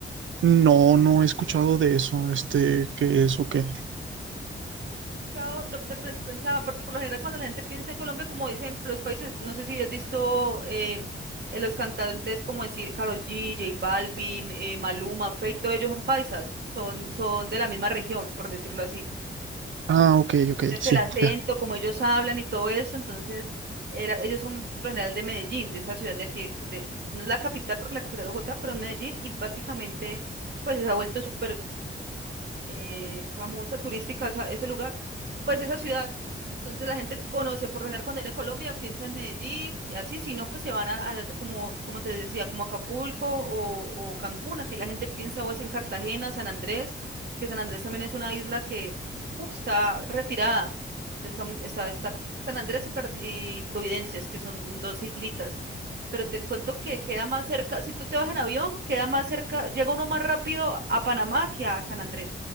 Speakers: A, on the right (about 75°); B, on the right (about 55°).
A: No, no he escuchado de eso, este, qué es o qué.
B: Claro, lo que pe- pensaba, porque por lo general cuando la gente piensa en Colombia, como dicen los países, no sé si has visto eh, eh, los cantantes como decir Karol G, J Balvin, eh, Maluma, Feid, todos ellos son paisas, son, son de la misma región, por decirlo así.
A: Ah, ok, ok,
B: Entonces
A: sí,
B: el acento,
A: ya.
B: como ellos hablan y todo eso, entonces el- ellos son por lo general de Medellín, de esa ciudad de aquí, de- de- no es la capital porque la capital es Bogotá, pero es Medellín y básicamente pues se ha vuelto súper pues, eh, famosa turística esa- ese lugar, pues esa ciudad. Entonces la gente conoce, por lo general cuando viene a Colombia piensa en Medellín, y así, si no, pues se van a, a la- como, como te decía, como Acapulco o, o Cancún, aquí la gente piensa o es en Cartagena, San Andrés, que San Andrés también es una isla que uf, está retirada, está, está, está San Andrés y, Car- y Providencias, que son dos islitas. Pero te cuento que queda más cerca, si tú te vas en avión, queda más cerca, llega uno más rápido a Panamá que a San Andrés.